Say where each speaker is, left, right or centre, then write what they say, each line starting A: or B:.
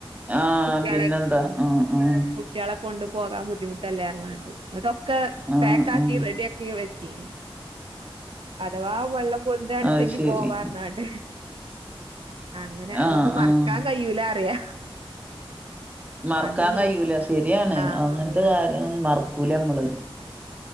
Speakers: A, on the right; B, on the right.
A: ആഹ്
B: കുട്ടികളെ
A: പിന്നെന്താ
B: ഉ
A: ആഹ് ആഹ്
B: കുട്ടികളെ കൊണ്ട് പോകാൻ ബുദ്ധിമുട്ടല്ലേർ ഞാണ്ട് ന്നിട്ടൊക്കെ
A: ആഹ്
B: പാക്കി
A: ആഹ്
B: റെഡി ആക്കി വെ ചീനി അഥവാ വെള്ളം പൊന്താണിച്ചെങ്കി
A: അത് ശെരി
B: പോവാറന്നാണ്ട് അങ്ങനെ അതൊന്നും
A: ആഹ്
B: മറക്കാൻ
A: ആഹ്
B: കഴൂല അറിയാ
A: മറക്കാൻ
B: അന്ന് മൂ
A: കഴൂല ശരിയാണ്
B: ആഹ്
A: അങ്ങനത്തെ കാര്യം മറക്കൂല മ്മള്